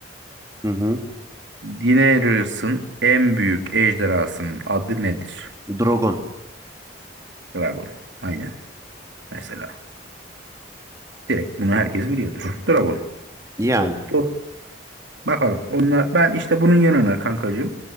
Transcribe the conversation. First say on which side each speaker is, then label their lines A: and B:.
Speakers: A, on the right; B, on the right.
A: Hı hı.
B: Daenerys'in en büyük ejderhasının adı nedir?
A: Drogon.
B: Dragon. Aynen. Mesela. Direkt bunu herkes biliyordur. Dragon.
A: Yani.
B: Doğru. Bakalım. Onlar ben işte bunun yanına kankacığım